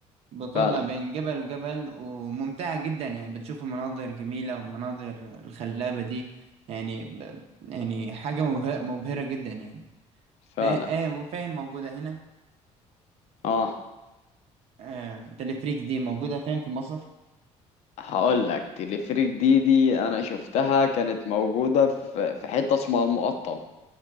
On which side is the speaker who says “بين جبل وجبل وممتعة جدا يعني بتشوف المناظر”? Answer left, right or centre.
Right